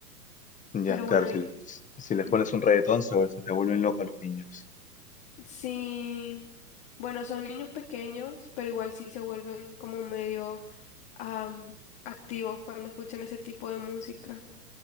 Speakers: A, on the left; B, on the left.
A: Ya,
B: Pero
A: claro,
B: bueno,
A: si, les si les
B: Mm,
A: pones un reggaetón, se, vuel- se te vuelven locos los niños.
B: Sí, bueno, son niños pequeños, pero igual sí se vuelven como medio am, activos cuando escuchan ese tipo de música.